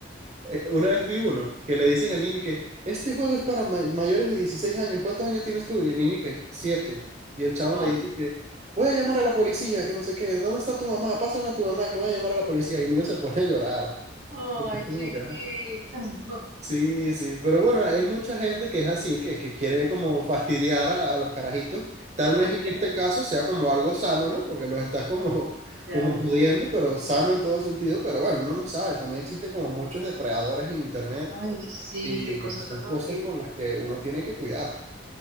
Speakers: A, on the right; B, on the right.
A: eh, una vez vi uno que le dicen al niño que este juego es para ma- mayores de 16 años, ¿cuántos años tienes tú? Y el niño que siete Y el chavo
B: <laughs>
A: le dice que voy a llamar a la policía, que no sé qué, ¿dónde está tu mamá? Pásame a tu mamá que voy a llamar a la policía. Y el niño se pone a llorar.
B: Oh,
A: <laughs>
B: ay,
A: Es
B: chiquito.
A: como que, ajá.
B: <laughs>
A: Sí, sí, pero bueno, hay mucha gente que es así, que, que quiere como fastidiar a, a los carajitos. Tal
B: Ah,
A: vez en
B: claro,
A: este caso sea como algo sano, ¿no? Porque los estás como, <laughs>
B: ya.
A: como jodiendo, pero sano en todo sentido. Pero bueno, uno no sabe, también existen como muchos depredadores en internet
B: Ay, sí,
A: y
B: qué cosa
A: son
B: tan horrible.
A: cosas con las que uno tiene que cuidar.